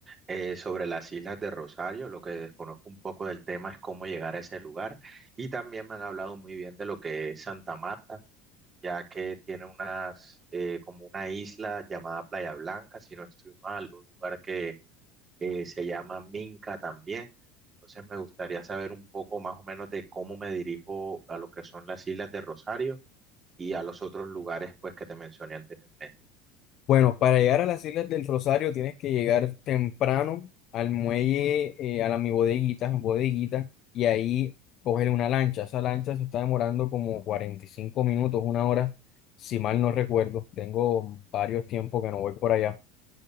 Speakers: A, on the right; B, on the left.
A: eh, sobre las islas de Rosario. Lo que desconozco un poco del tema es cómo llegar a ese lugar. Y también me han hablado muy bien de lo que es Santa Marta, ya que tiene unas, eh, como una isla llamada Playa Blanca, si no estoy mal, un lugar que eh, se llama Minca también. Entonces me gustaría saber un poco más o menos de cómo me dirijo a lo que son las islas de Rosario y a los otros lugares pues que te mencioné anteriormente.
B: Bueno, para llegar a las Islas del Rosario tienes que llegar temprano al muelle, eh, a la mi bodeguita, bodeguita, y ahí coger una lancha. Esa lancha se está demorando como 45 minutos, una hora, si mal no recuerdo. Tengo varios tiempos que no voy por allá